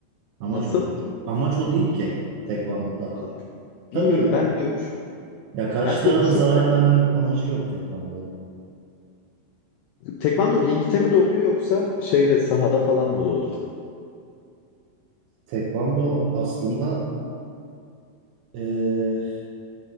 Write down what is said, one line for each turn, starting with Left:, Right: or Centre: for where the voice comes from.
Right: Amaç
Left: Nasıl?
Right: o değil. Amaç o değil ki tekvandoda.
Left: Valla
Right: Tabii
Left: bilmiyorum
Right: canım
Left: ben dövüş.
Right: ya karşı
Left: Ben
Right: tarafa
Left: dövüşürken
Right: zarar verme amacı yok tekvandoda.
Left: tekvando ringte mi doğdu yoksa şeyde sahada falan mı doğdu?
Right: Tekvando aslında eee